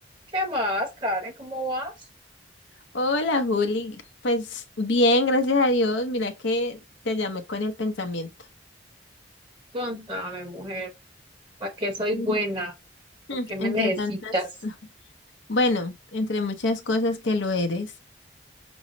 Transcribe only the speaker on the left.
Hola Juli, pues bien, gracias a Dios. Mira que te llamé con el pensamiento.
Mm.
Mm,
Entre
tantas, bueno, entre muchas cosas que lo eres.